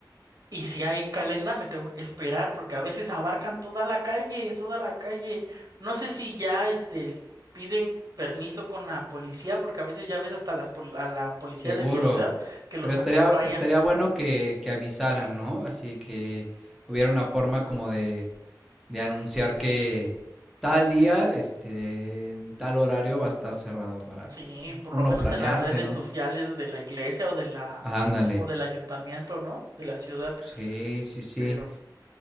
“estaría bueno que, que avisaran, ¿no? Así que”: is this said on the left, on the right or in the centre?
Centre